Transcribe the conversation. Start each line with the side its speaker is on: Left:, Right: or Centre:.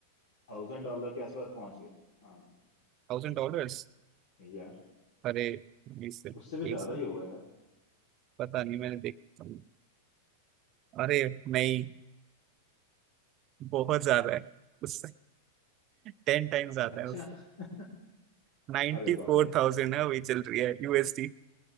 Left: थाउजेंड डॉलर के आसपास पहुंच गए हाँ
Right: Thousand dollars
Left: यार
Right: अरे इससे
Left: उससे भी ज्यादा
Right: एक से
Left: ही होगा यार
Right: पता नहीं मैंने देखा अरे नहीं बहुत ज्यादा है उससे टेन टाइम ज्यादा
Left: अच्छा
Right: है उससे
Left: <laughs>
Right: 94000
Left: अरे बाप रे
Right: फोर थाउजेंड है वही चल रही है यूएसडी